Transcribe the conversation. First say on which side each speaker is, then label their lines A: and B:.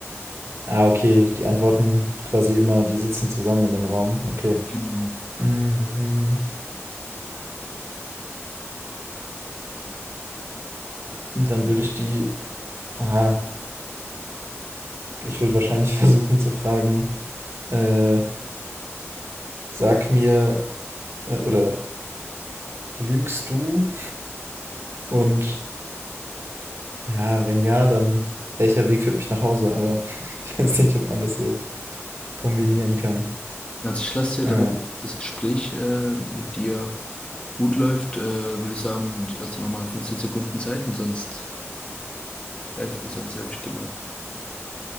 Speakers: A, on the right; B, on the left.
A: Ah, okay. Die Antworten quasi immer, die sitzen zusammen in dem Raum. Okay.
B: Genau.
A: Mhm. Dann würde ich die. Ah, ich würde wahrscheinlich <laughs> versuchen zu fragen, äh, sag mir äh, oder lügst du und Ja, wenn ja, dann welcher Weg führt mich nach Hause? Aber <laughs> ich weiß nicht, ob man das so kombinieren kann.
B: Also ich lasse dir,
A: Äh,
B: damit das Gespräch äh, mit dir gut läuft, äh, würde ich sagen, ich lasse dir nochmal 15 Sekunden Zeit und sonst. F ist ein Selbststimme.